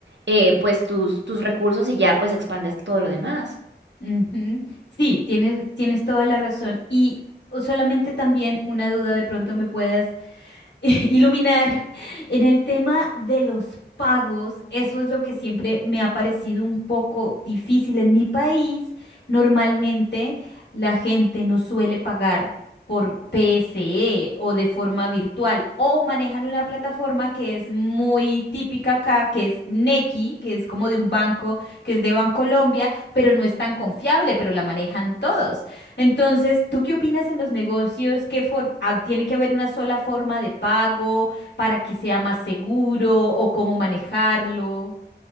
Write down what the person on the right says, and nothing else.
eh, pues tus, tus recursos y ya pues expandes todo lo demás.